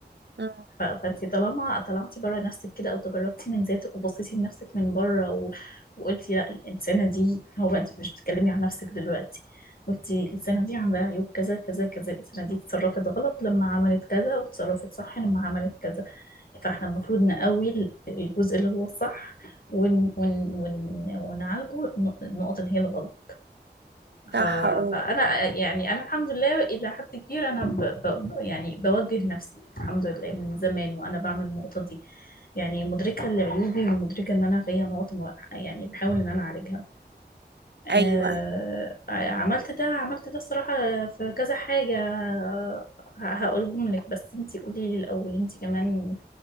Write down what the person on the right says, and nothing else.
أمم،
صح اه
ايوه